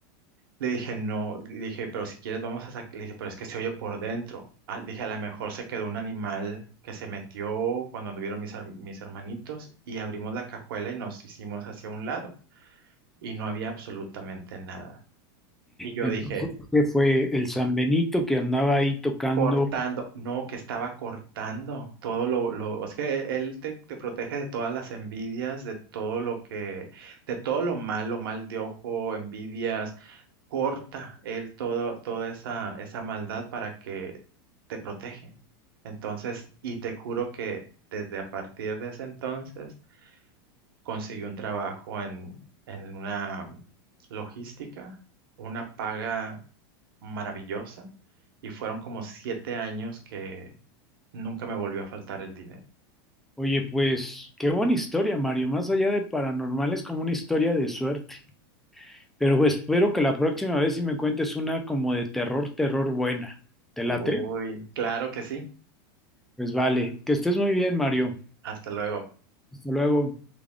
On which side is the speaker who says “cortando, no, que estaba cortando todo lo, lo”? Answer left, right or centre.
Right